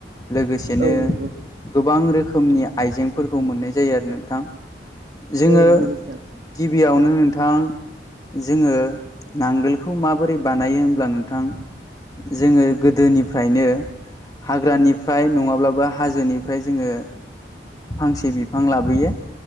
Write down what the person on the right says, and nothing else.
औ नंगौ
औ नोंगौ नोंथां।